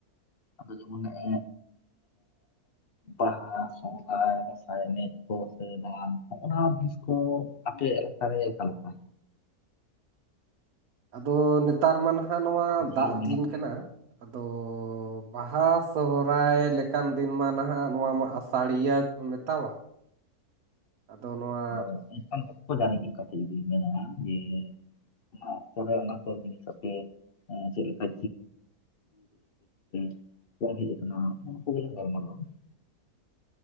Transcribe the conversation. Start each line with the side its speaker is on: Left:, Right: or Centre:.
Left: ᱟᱫᱚ ᱡᱮᱢᱚᱱ ᱱᱮ ᱮ ᱵᱟᱦᱟ ᱥᱚᱦᱚᱨᱟᱭ ᱫᱟᱸᱥᱟᱭ ᱮᱱᱮᱡ <unintelligible> ᱦᱚᱸᱜᱼᱚᱱᱟ ᱡᱤᱱᱤᱥ ᱠᱚ ᱟᱯᱮ ᱮᱞᱟᱠᱟᱨᱮ ᱚᱠᱟᱞᱮᱠᱟ
Right: ᱟᱫᱚ ᱱᱮᱛᱟᱨ ᱢᱟ ᱱᱟᱦᱟᱜ ᱱᱚᱣᱟ
Left: ᱡᱤᱭᱟᱹᱲ
Right: ᱫᱟᱜ
Left: ᱢᱮᱱᱟᱜ
Right: ᱫᱤᱱ
Left: ᱜᱮᱭᱟ
Right: ᱠᱟᱱᱟ ᱟᱫᱚ ᱵᱟᱦᱟ ᱥᱚᱦᱚᱨᱟᱭ ᱞᱮᱠᱟᱱ ᱫᱤᱱ ᱢᱟ ᱱᱟᱦᱟᱜ ᱱᱚᱣᱟ ᱢᱟ ᱟᱥᱟᱲᱤᱭᱟᱹ ᱢᱮᱛᱟᱣᱟᱜ ᱟᱫᱚ ᱱᱚᱣᱟ
Left: ᱟᱫᱚ <unintelligible> ᱪᱮᱫ ᱞᱮᱠᱟ <unintelligible> <unintelligible> ᱜᱟᱞᱢᱟᱨᱟᱣ